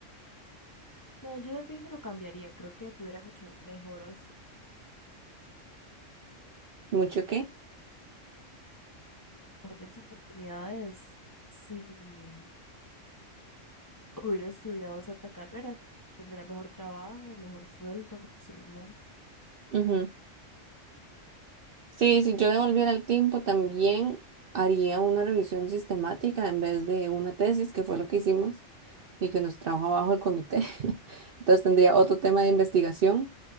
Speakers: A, on the left (about 20°); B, on the right (about 55°).
A: No, yo de fijo lo cambiaría, creo que tuviera mucho mejores,
B: ¿Mucho qué?
A: mejores oportunidades. si Hubiera estudiado esa otra carrera, tendría mejor trabajo, mejor sueldo, posiblemente.
B: Ujú. Sí, si yo devolviera el tiempo, también haría una revisión sistemática en vez de una tesis, que fue lo que hicimos y que nos trajo abajo el comité. <laughs> Entonces tendría otro tema de investigación,